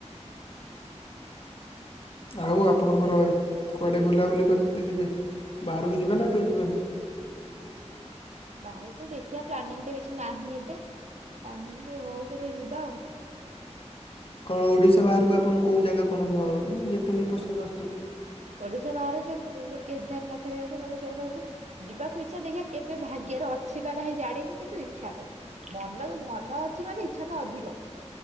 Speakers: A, on the left; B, on the right.
A: ଆଉ ଆପଣଙ୍କର କୁଆଡ଼େ ବୁଲାବୁଲି କରିତେ ଯିବେ ବାହାରକୁ ଯିବେ ନା କେବେ ଯିବେନି?
B: ବାହାରକୁ ଦେଖିବା ପ୍ଲାନିଂ ତ କିଛି ନାହିଁ ଏବେ ପ୍ଲାନିଂ ହଉ କେବେ ଯିବା ଆଉ।
A: କଣ ଓଡ଼ିଶା ବାହାରକୁ ଆପଣଙ୍କୁ କୋଉ ଜାଗା କଣ ମାନେ ଯେତେ ହେଲେବି ପସନ୍ଦ ଆସୁଥିବ?
B: ଓଡିଶା ବାହାରେ ଯୋଉ ଯୋଉ କେଦାରନାଥ ଘରିକା ଅଛି ମତେ ସେ ସବୁ ଯିବାକୁ ଇ ଚ୍ଛା ଦେଖିବା କେବେ ଭାଗ୍ୟର ଅଛି ନା ନାହିଁ ଜାଣିନି କିନ୍ତୁ ଇଚ୍ଛା ତ ମନ ମନ ଅଛି ମାନେ ଇଚ୍ଛା ତ ଅଧିକ।